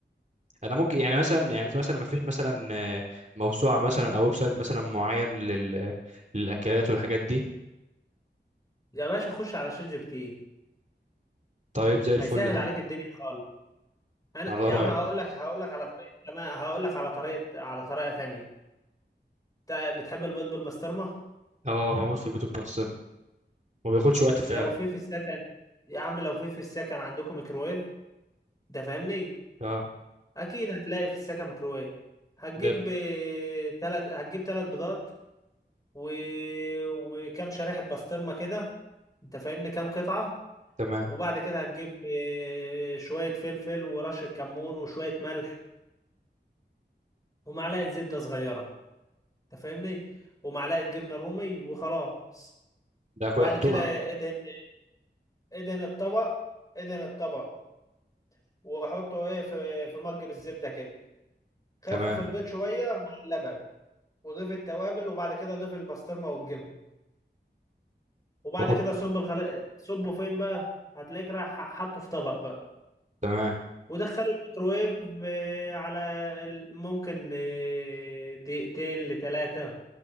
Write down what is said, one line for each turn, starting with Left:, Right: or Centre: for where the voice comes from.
Right: انا ممكن يعني مثلا يعني مثلا ما فيش مثلا آه، موسوعة مثلا او ويب سايت مثلا معين لل... للاكلات والحاجات دي
Left: يا باشا خش على شات جي بي تي
Right: طيب زي الفل
Left: هيسهل
Right: ده
Left: عليك الدنيا خالص انا
Right: على
Left: يا
Right: رأيك
Left: عم هقول لك هقول لك على طريقه كمان هقول لك على طريقه على طريقه ثانيه انت بتحب البيض بالبسطرمه
Right: اه بموت في البيت بالبسطرمة ما بياخدش وقت فعلا
Left: لو في في السكن يا عم لو في في السكن عندكم ميكروويف ده فاهمني
Right: اه
Left: اكيد هتلاقي في السكن ميكروويف هتجيب
Right: ده
Left: ثلاث هتجيب ثلاث بيضات و... وكم شريحه بسطرمه كده انت فاهمني كام قطعه
Right: تمام
Left: وبعد كده هتجيب آه، شوية فلفل ورشة كمون وشوية ملح ومعلقة زبدة صغيرة انت فاهمني ومعلقة جبنة رومي وخلاص
Right: ده كل
Left: بعد
Right: احطه
Left: كده
Right: بقى
Left: ادهن ادهن الطبق ادهن الطبق وحطه ايه في في مج بالزبدة كده خفف
Right: تمام
Left: البيض شوية مع اللبن وضيف التوابل وبعد كده ضيف البسطرمة والجبن وبعد
Right: واحط
Left: كده صب الخل... صبه فين بقى هتلاقيك رايح حاطه في طبق بقى
Right: تمام
Left: ودخلوا الميكروويف آه، على ال- ممكن آه، دقيقتين لثلاثة